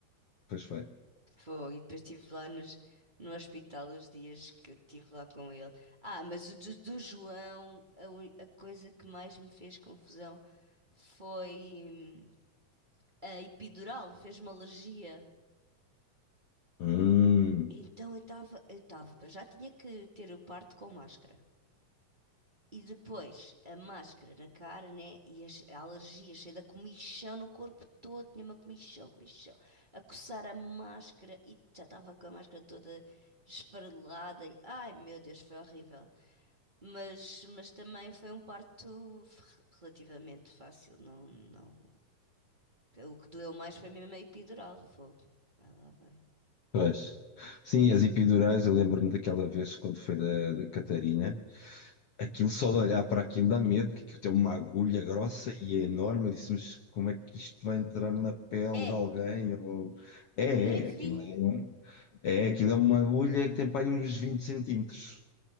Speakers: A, on the left (about 60°); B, on the right (about 15°).
A: Pois foi.
B: Foi. E depois estive lá nos, no hospital os dias que eu estive lá com ele. Ah, mas o do, do João, a, ui- a coisa que mais me fez confusão foi hum, a epidural, fez-me alergia.
A: Hum,
B: Então eu estava, eu estava, para já tinha que ter o parto com máscara. E depois a máscara na cara, né? E as, a alergia, cheia da comichão no corpo todo, tinha uma comichão, comichão, a coçar a máscara e já estava com a máscara toda esfarelada. E, ai meu Deus, foi horrível. Mas, mas também foi um parto f- relativamente fácil, não, não. O que doeu mais foi mesmo a epidural, fogo. Vai lá, vai.
A: pois. Sim, as epidurais, eu lembro-me daquela vez quando foi da, da Catarina. Aquilo só de olhar para aquilo dá medo, que aquilo tem uma agulha grossa e é enorme. Eu disse, mas como é que isto vai entrar na pele
B: É,
A: de alguém? Ou... É,
B: eu nem vi.
A: é, aquilo é, um- é, aquilo é uma agulha que tem para aí uns 20 centímetros.